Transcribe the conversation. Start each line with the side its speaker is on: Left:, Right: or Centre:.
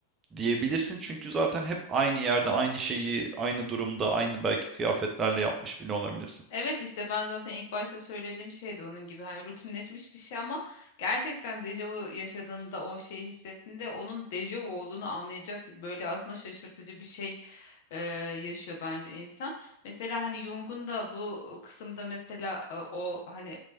Right: diyebilirsin. Çünkü zaten hep aynı yerde, aynı şeyi, aynı durumda, aynı belki kıyafetlerle yapmış bile olabilirsin.
Left: Evet işte ben zaten ilk başta söylediğim şey de onun gibi hani rutinleşmiş bir şey ama gerçekten dejavu yaşadığında o şeyi hissettiğinde onun dejavu olduğunu anlayacak böyle aslında şaşırtıcı bir şey e, yaşıyor bence insan. Mesela hani Jung'un da bu kısımda mesela e, o hani